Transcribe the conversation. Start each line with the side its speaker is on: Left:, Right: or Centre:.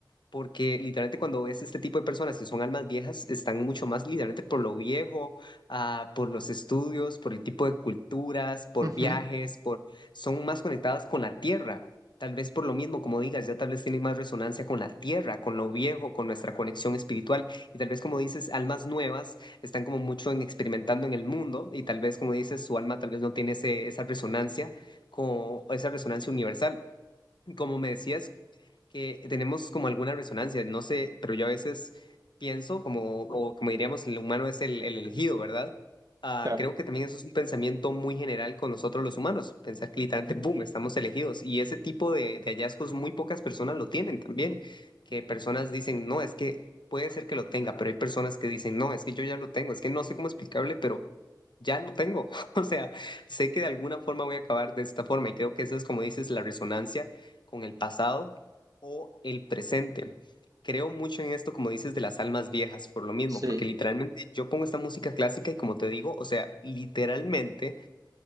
Left: Porque literalmente cuando ves este tipo de personas que son almas viejas, están mucho más literalmente por lo viejo, ah, por los estudios, por el tipo de culturas, por
Right: Ujú,
Left: viajes, por son más conectadas con la tierra. Tal vez por lo mismo, como digas, ya tal vez tienen más resonancia con la tierra, con lo viejo, con nuestra conexión espiritual. Y tal vez, como dices, almas nuevas están como mucho en experimentando en el mundo y tal vez, como dices, su alma tal vez no tiene ese- esa resonancia, con, esa resonancia universal. Como me decías, que tenemos como alguna resonancia, no sé, pero yo a veces pienso como, o como diríamos, el humano es el, el elegido, ¿verdad? Ah,
Right: Claro,
Left: creo que también eso es un pensamiento muy general con nosotros los humanos, pensar que literalmente, boom, estamos elegidos. Y ese tipo de, de hallazgos muy pocas personas lo tienen también, que personas dicen, no, es que puede ser que lo tenga, pero hay personas que dicen, no, es que yo ya lo tengo, es que no sé cómo explicarle, pero ya lo tengo. <laughs> O sea, sé que de alguna forma voy a acabar de esta forma y creo que eso es como dices, la resonancia con el pasado o el presente. Creo mucho en esto, como dices, de las almas viejas, por lo mismo,
Right: sí,
Left: porque literalmente yo pongo esta música clásica y como te digo, o sea, literalmente